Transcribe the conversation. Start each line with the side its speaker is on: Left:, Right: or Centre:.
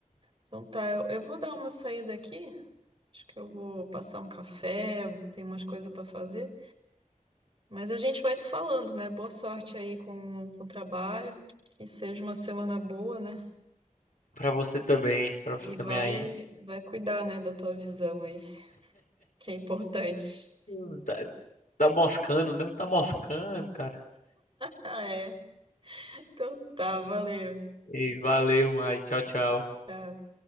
Right: Então tá, eu, eu vou dar uma saída aqui. Acho que eu vou passar um café, vou tem umas coisas pra fazer. Mas a gente vai se falando, né? Boa sorte aí com, com o trabalho. Que seja uma semana boa, né?
Left: Pra você também, pra você
Right: E
Left: também
Right: vai,
Left: aí.
Right: vai cuidar, né, da tua visão aí, que é importante.
Left: Hum, Tá, tá moscando, né? Tá moscando, cara.
Right: Ah, é? Então tá, valeu.
Left: E valeu, Mai. Tchau, tchau.
Right: Tchau.